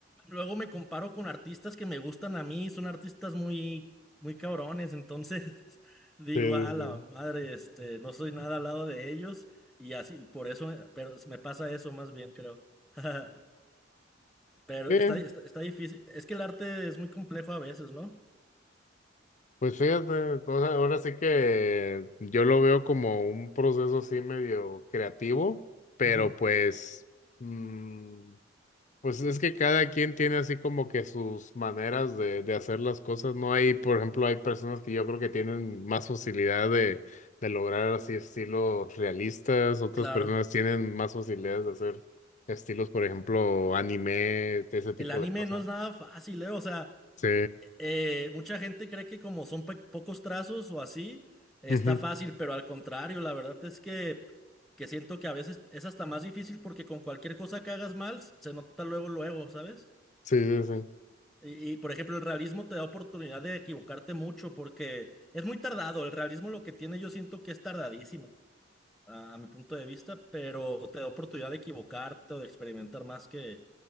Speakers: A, in the centre; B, on the left.
A: luego me comparo con artistas que me gustan a mí, son artistas muy muy cabrones, entonces <laughs> digo,
B: Sí,
A: a
B: sí,
A: la
B: sí.
A: madre, este, no soy nada al lado de ellos y así, por eso, me- pero me pasa eso más bien, creo. <laughs> Pero
B: Eh,
A: está, está, está difícil, es que el arte es muy complejo a veces, ¿no?
B: pues fíjate, o sea, ahora sí que yo lo veo como un proceso así medio creativo, pero
A: Ujú,
B: pues mm, Pues es que cada quien tiene así como que sus maneras de, de hacer las cosas. No hay, por ejemplo, hay personas que yo creo que tienen más facilidad de, de lograr así estilos realistas, otras
A: claro.
B: personas tienen más facilidades de hacer estilos, por ejemplo, anime, ese tipo
A: El anime
B: de cosas.
A: no es nada fácil, ¿eh? O sea,
B: Sí,
A: eh, mucha gente cree que como son pe- pocos trazos o así, está
B: ujú.
A: fácil, pero al contrario, la verdad es que, que siento que a veces es hasta más difícil porque con cualquier cosa que hagas mal, se nota luego, luego, ¿sabes?
B: Sí, sí, sí,
A: Y, y, por ejemplo, el realismo te da oportunidad de equivocarte mucho porque es muy tardado. El realismo lo que tiene yo siento que es tardadísimo, a, a mi punto de vista, pero te da oportunidad de equivocarte o de experimentar más que eh,